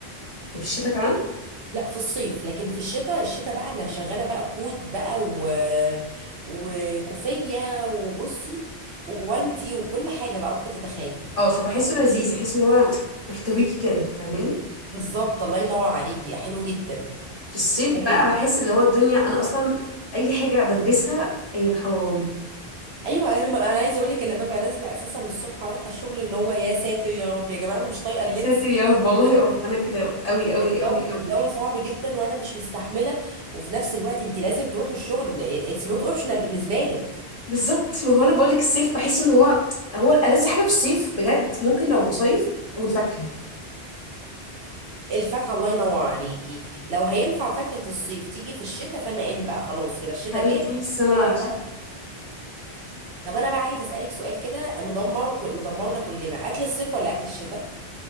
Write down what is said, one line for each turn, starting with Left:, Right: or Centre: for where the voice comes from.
Left: يعني في الشتاء كمان
Right: لا في الصيف لكن في الشتاء الشتاء بقى انا شغاله بقى كوت بقى و... وكوفيه وبصي وجوانتي وكل حاجه بقى ممكن تتخيلي
Left: اه فبحسه لذيذ بحس اللي هو محتويكي كده فاهماني
Right: بالظبط الله ينور عليكي حلو جدا
Left: في الصيف
Right: لكن
Left: بقى بحس اللي هو الدنيا انا اصلا اي حاجه بلبسها هي محوراني
Right: ايوه انا انا عايزه اقول لك انا ببقى نازله اساسا الصبح رايحه الشغل اللي هو يا ساتر يا رب يا جماعه انا مش طايقه اللبس
Left: يا ساتر يا رب والله اه انا كده قوي قوي
Right: الجو
Left: قوي قوي
Right: الجو صعب جدا وانا مش مستحمله وفي نفس الوقت انت لازم تروحي الشغل اتس نوت اوبشنال بالنسبه لك
Left: بالظبط ما هو انا بقول لك الصيف بحس ان هو هو الألذ حاجه في الصيف بجد ممكن لو مصايف والفاكهه
Right: الفاكهه الله ينور عليكي لو هينفع فاكهه الصيف تيجي في الشتاء فانا ان بقى خلاص كده الشتاء
Left: هل
Right: جاب
Left: طول
Right: الحاجات
Left: السنه
Right: الحلوه بتاعتك طب انا بقى عايزه اسالك سؤال كده مدمر مدمرنا كلنا اكل الصيف ولا اكل الشتاء